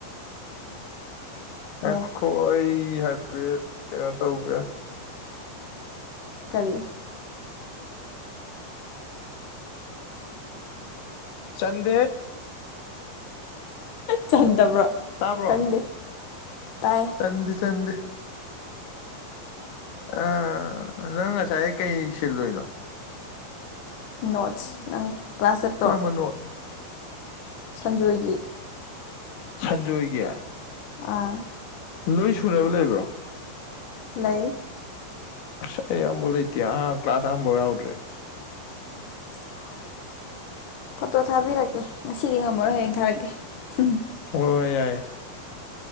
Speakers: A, on the left; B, on the left.
A: ꯉꯥꯢꯈꯣ
B: ꯑꯦ
A: ꯑꯩ ꯍꯥꯏꯄꯦꯠ ꯀꯩꯅꯣ ꯇꯧꯒꯦ
B: ꯀꯔꯤ
A: <inaudible> ꯆꯟꯗꯦ
B: ꯆꯟꯗꯕ꯭ꯔꯣ
A: ꯇꯥꯕ꯭ꯔꯣ
B: ꯈꯪꯗꯦ ꯇꯥꯏ
A: ꯆꯟꯗꯤ ꯆꯟꯗꯤ ꯑ ꯅꯪ ꯉꯁꯥꯏ ꯀꯩ ꯁꯤꯜꯂꯨꯅꯣ
B: ꯅꯣꯠꯁ ꯅꯪ ꯀ꯭ꯂꯥꯁ ꯆꯠꯄ꯭ꯔꯣ
A: ꯀꯔꯝꯕꯅꯣ
B: ꯁꯟꯖꯣꯏꯒꯤ
A: ꯁꯟꯖꯣꯏꯒꯤꯌꯥ
B: ꯑꯥ
A: ꯂꯣꯏ ꯁꯨꯅꯕ ꯂꯩꯕ꯭ꯔꯣ
B: ꯂꯩ
A: ꯑꯁ ꯑꯩ ꯑꯕ ꯂꯩꯇꯦ ꯑꯍ ꯀ꯭ꯂꯥꯁ ꯑꯍꯐꯥꯎ ꯌꯥꯎꯗ꯭ꯔꯦ
B: <unintelligible> ꯐꯣꯇꯣ ꯊꯥꯕꯤꯔꯛꯀꯦ ꯉꯁꯤꯗꯤ ꯉꯝꯃꯔꯣꯏ ꯍꯌꯦꯡ ꯊꯥꯔꯛꯀꯦ ꯎꯝ
A: ꯍ ꯍꯣꯏ ꯌꯥꯏ